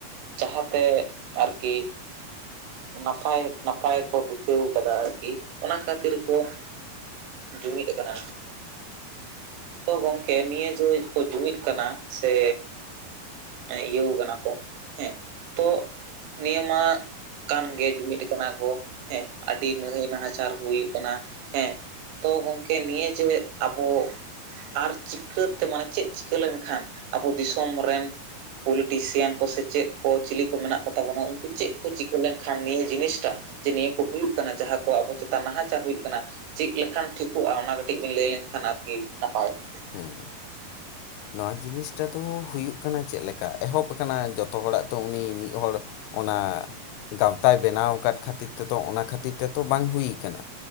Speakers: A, on the right; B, on the left.
A: ᱡᱟᱦᱟᱸ ᱛᱮ ᱟᱨᱠᱤ ᱱᱟᱯᱟᱭ ᱱᱟᱯᱟᱭ ᱠᱚ ᱵᱤᱛᱟᱹᱣ ᱟᱠᱟᱫᱟ ᱟᱨᱠᱤ ᱚᱱᱟ ᱠᱷᱟᱹᱛᱤᱨ ᱠᱚ ᱡᱩᱢᱤᱫ ᱠᱟᱱᱟ ᱫᱚ ᱛᱚ ᱜᱚᱝᱠᱮ ᱱᱤᱭᱟᱹ ᱡᱮ ᱠᱚ ᱡᱩᱢᱤᱫ ᱠᱟᱱᱟ ᱥᱮ ᱤᱭᱟᱹᱣ ᱠᱟᱱᱟ ᱠᱚ ᱦᱮᱸ ᱛᱚ ᱱᱤᱭᱟᱹ ᱢᱟ ᱠᱟᱱ ᱜᱮ ᱡᱩᱢᱤᱫ ᱠᱟᱱᱟ ᱠᱚ ᱦᱮᱸ ᱟᱹᱰᱤ ᱱᱟᱹᱦᱟᱹᱭ ᱱᱟᱦᱟᱪᱟᱨ ᱦᱩᱭ ᱠᱟᱱᱟ ᱦᱮᱸ᱾ ᱛᱚ ᱜᱚᱝᱠᱮ ᱱᱤᱭᱟᱹ ᱡᱮ ᱟᱵᱚ ᱟᱨ ᱪᱤᱠᱟᱹ ᱛᱮ ᱢᱟᱱᱮ ᱪᱮᱫ ᱪᱤᱠᱟᱹ ᱞᱮᱱᱠᱷᱟᱱ ᱟᱵᱚ ᱫᱤᱥᱚᱢ ᱨᱮᱱ ᱯᱚᱞᱤᱴᱤᱥᱤᱭᱟᱱ ᱠᱚ ᱥᱮ ᱪᱮᱫ ᱠᱚ ᱪᱤᱞᱤ ᱠᱚ ᱢᱮᱱᱟᱜ ᱠᱚ ᱛᱟᱵᱚᱱᱟ ᱩᱱᱠᱩ ᱪᱮᱫ ᱠᱚ ᱪᱤᱠᱟᱹ ᱞᱮᱱᱠᱷᱟᱱ ᱱᱤᱭᱟᱹ ᱡᱤᱱᱤᱥᱴᱟᱜ ᱡᱮ ᱱᱤᱭᱟᱹ ᱠᱚ ᱦᱩᱭᱩᱜ ᱠᱟᱱᱟ ᱡᱟᱦᱟᱸ ᱠᱚ ᱟᱵᱚ ᱪᱮᱛᱟᱱ ᱱᱟᱦᱟᱪᱟᱨ ᱦᱩᱭᱩᱜ ᱪᱮᱫ ᱞᱮᱠᱷᱟᱱ ᱴᱷᱤᱠᱚᱜᱼᱟ, ᱚᱱᱟ ᱠᱟᱹᱴᱤᱡ ᱵᱮᱤᱱ ᱞᱟᱹᱭ ᱞᱮᱱᱠᱷᱟᱱ ᱟᱨᱠᱤ ᱱᱟᱯᱟᱭᱚᱜᱼᱟ᱾
B: ᱦᱮᱸ ᱱᱚᱣᱟ ᱡᱤᱱᱤᱥᱴᱟ ᱫᱚ ᱦᱩᱭᱩᱜ ᱠᱟᱱᱟ ᱪᱮᱫ ᱞᱮᱠᱟ ᱮᱦᱚᱵ ᱠᱟᱱᱟ ᱡᱚᱛᱚ ᱦᱚᱲᱟᱜ ᱛᱚ ᱩᱱᱤ ᱢᱤᱫ ᱦᱚᱲ ᱚᱱᱟ ᱜᱟᱶᱛᱟᱭ ᱵᱮᱱᱟᱣ ᱟᱠᱟᱫ ᱠᱷᱟᱹᱛᱤᱨ ᱛᱮᱫᱚ ᱚᱱᱟ ᱠᱷᱟᱹᱛᱤᱨ ᱛᱮᱛᱚ ᱵᱟᱝ ᱦᱩᱭ ᱟᱠᱟᱱᱟ᱾